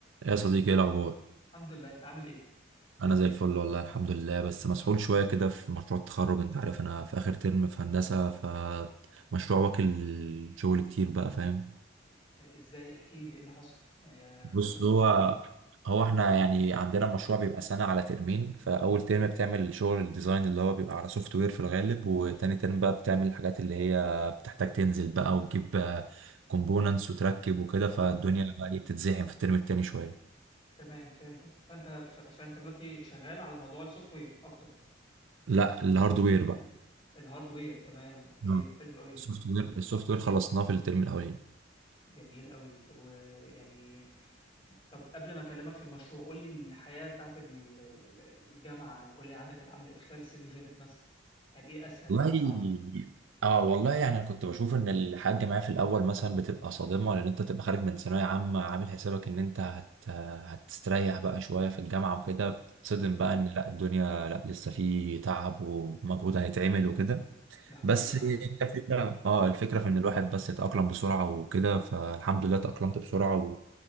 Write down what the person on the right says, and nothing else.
يا صديقي ايه الاخبار
انا زي الفل والله الحمد لله بس مسحول شويه كده في مشروع التخرج انت عارف انا في اخر ترم في هندسه فمشروع واكل شغل كتير بقى فاهم
بص
هو
هو احنا يعني عندنا مشروع بيبقى سنه على ترمين فاول ترم بتعمل شغل الديزاين اللي هو بيبقى على سوفت وير في الغالب وتاني ترم بقى بتعمل الحاجات اللي هي بتحتاج تنزل بقى وتجيب كومبوننتس وتركب وكده فالدنيا
بقى إيه بتتزحم في الترم التاني شويه
لا الهاردوير بقى
اه
السوفت وير السوفت وير خلصناه في الترم الاولاني
والله
اه والله يعني انا كنت بشوف ان الحاجه معايا في الاول مثلا بتبقى صادمه لان انت تبقى خارج من ثانويه عامه عامل حسابك ان انت هت... هتستريح بقى شويه في الجامعه وكده بتتصدم
بقى ان لا الدنيا لا لسه في تعب ومجهود هيتعمل وكده
بس الفكره اه الفكره في ان الواحد بس يتاقلم بسرعه وكده فالحمد لله تاقلمت بسرعه